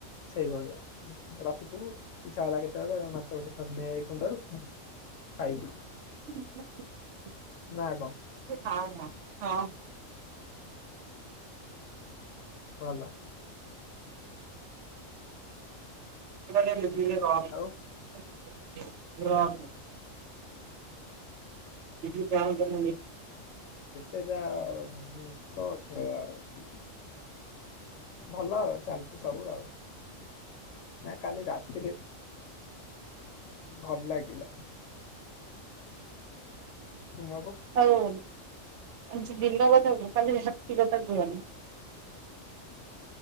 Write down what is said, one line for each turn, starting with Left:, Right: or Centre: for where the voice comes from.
Left: ସେଇଭଳିଆ ରଖିଥିବୁ ଇଛା ହେଲା କେତେବେଳେ ମାଛ ଗୋଟେ ଧରିନେ ହୁଣ୍ଡାରୁ ଖାଇବୁ।
Right: <inaudible>
Left: ନା କଣ।
Right: <inaudible> ନାଁ ହଁ ହଁ।
Left: ଭଲ।
Right: ସେ କହିଲା <unintelligible>
Left: ଆଉ
Right: ରହନି। <unintelligible> ଗାଁ କୁ ଗଲାନି।
Left: ଯେତେଟା <unintelligible> ଭଲଅ ଚାଲିଛି ସବୁ ଆଉ। ନା କାଲି ରାତିରେ ଭଲ ଲାଗିଲା। ତୁମକୁ।
Right: ହଉ ହଉ ଆଜି ଦିନକ କଲି ଶକ୍ତିଗତ କୁହନି।